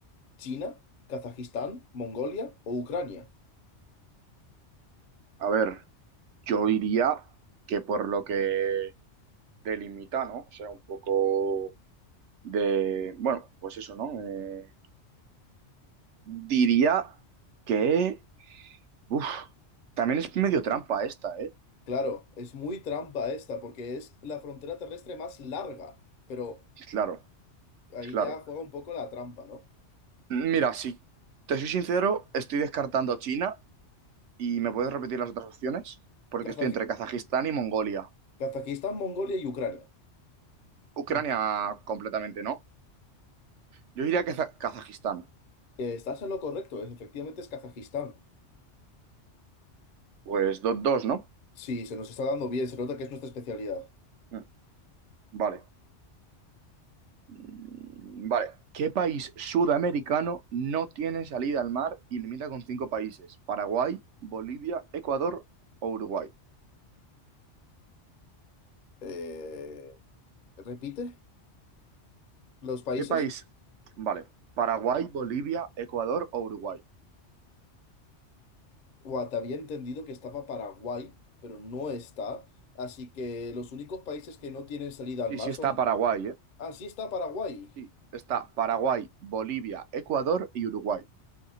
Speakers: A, on the left; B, on the right.
A: ¿China, Kazajistán, Mongolia o Ucrania?
B: A ver, yo diría que por lo que delimita, ¿no? O sea, un poco de. Bueno, pues eso, ¿no? Eh, diría que. Uf, también es medio trampa esta, ¿eh?
A: Claro, es muy trampa esta, porque es la frontera terrestre más larga, pero
B: Claro,
A: ahí
B: claro.
A: ya juega un poco la trampa, ¿no?
B: Mira, si te soy sincero, estoy descartando China y me puedes repetir las otras opciones, porque
A: Kazaji-
B: estoy entre Kazajistán y Mongolia.
A: Kazajistán, Mongolia y Ucrania.
B: Ucrania
A: Mm.
B: completamente no. Yo diría que Za- Kazajistán.
A: Eh, Estás en lo correcto, es- efectivamente es Kazajistán.
B: Pues dos dos ¿no?
A: Sí, se nos está dando bien, se nota que es nuestra especialidad.
B: Mm, Vale. Mm, Vale. ¿Qué país sudamericano no tiene salida al mar y limita con cinco países? Paraguay, Bolivia, Ecuador o Uruguay.
A: Eh, ¿repite los países?
B: ¿Qué país? Vale. Paraguay, Bolivia, Ecuador o Uruguay.
A: Guau, había entendido que estaba Paraguay, pero no está. Así que los únicos países que no tienen salida al
B: Sí,
A: mar
B: sí está
A: son...
B: Paraguay, ¿eh?
A: Ah, sí está Paraguay.
B: Sí, está Paraguay, Bolivia, Ecuador y Uruguay.